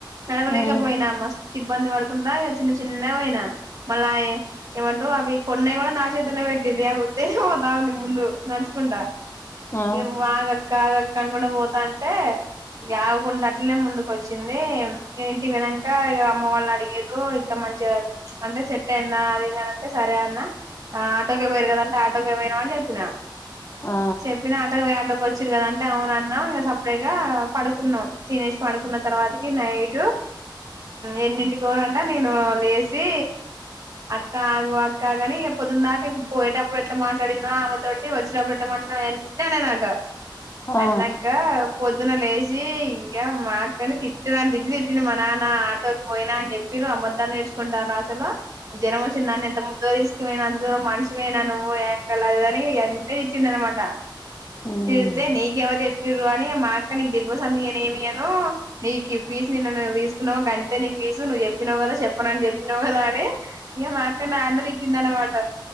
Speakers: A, on the right; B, on the left.
A: నడవలేకపోయినా
B: ఉ
A: మస్తు ఇబ్బంది పడకుండా ఇగ చిన్న చిన్నగా పోయినా మళ్ళ ఆయే ఏమంటావ్ అవి కొన్నవి కూడా నా చేతనే పెట్టింది ఆమె ఉత్తిగనే పోతాంది ముందు నడస్కుంట
B: ఆ ఆ
A: ఇగ ఆగక్క ఆగక్క అనుకుంటా పోతాంటే ఇంకా ఆగకుండా అట్లనే ముందుకు వచ్చింది ఇగ ఇంటికి పోయినంక ఇగ అమ్మ వాళ్ళు అడిగారు ఇట్లా మంచిగా అంటే సెట్ అయిందా అది ఇది అని అంటే సరే అన్న ఆ ఆటోకే పోయారు కదా అంటే ఆటోకే పోయినం అని చెప్పిన
B: ఆ
A: చెప్పినా ఆటోకి పోయి ఆటోకి వచ్చిర్రు కదా అంటే అవున అన్నా ఇగ సెపరేట్ గా పడుకున్నాం తినేసి పడుకున్న తర్వాత ఇగ నైటు ఎన్నింటి కోనంట నేను లేచి అక్క ఆగు అక్క ఆగు అని ఇగ పొద్దున దాకా ఇప్పుడు పోయేటప్పుడు ఎట్లా మాట్లాడిన్నో ఆమెతోటి వచ్చినప్పుడు ఇష్టం వచ్చింది అన్ని అన్నానంట
B: ఆ
A: అన్నాంకా పొద్దున లేచి ఇంకా మా అక్కని తిట్టరాన్ని తిట్లు తిట్టిండు మా నాన్న ఆటోకి పోయినా అని చెప్పి ర్రు అబద్ధాలు నేర్చుకుంటారా అసలు జ్వరం వచ్చినదాన్ని ఎంత ముద్దుగా తీసుకుపోయినావ అంతదూరం మనిషివేనా నువ్వు ఎంకర్ల అది ఇది అని అన్ని వచ్చిందిన్నమాట
B: ఉమ్
A: తిడితే నీకెవరు చెప్పి ర్రు అని మా అక్కని దిల్పసంద్ ఇవ్వను ఏమి ఇవ్వను నీకు ఈ ఫీసు నిన్ననే తీసుకున్నావు గంతే నీ పీసు నువ్వు చెప్పినావు కదా చెప్పనని చెప్పినావు కదా అని ఇగ మా అక్క నన్నుదిట్టిందనమాట.